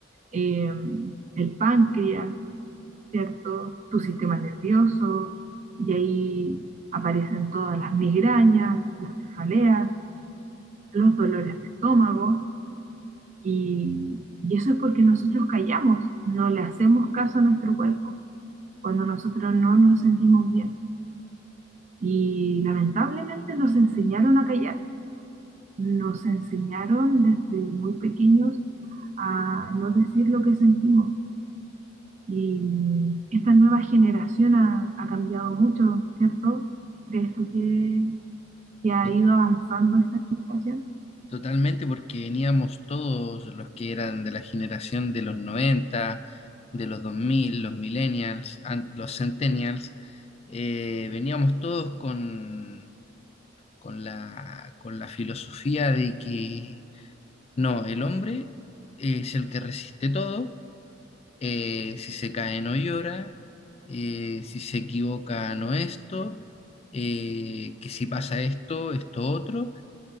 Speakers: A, on the right; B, on the left.
A: eh, el páncreas, ¿cierto? Tu sistema nervioso, y ahí aparecen todas las migrañas, las cefaleas, los dolores de estómago, y, y eso es porque nosotros callamos, no le hacemos caso a nuestro cuerpo cuando nosotros no nos sentimos bien. Y lamentablemente nos enseñaron a callar, nos enseñaron desde muy pequeños a no decir lo que sentimos. Y mm, esta nueva generación ha, ha cambiado mucho, ¿cierto? ¿Crees tú que, que ha
B: To-
A: ido avanzando esta generación?
B: Totalmente porque veníamos todos los que eran de la generación de los noventa de los dos mil los millennials, an- los centennials, eh, veníamos todos con, con la, con la filosofía de que No, el hombre es el que resiste todo. eh, si se cae no llora. eh, si se equivoca no esto. eh, que si pasa esto, esto otro.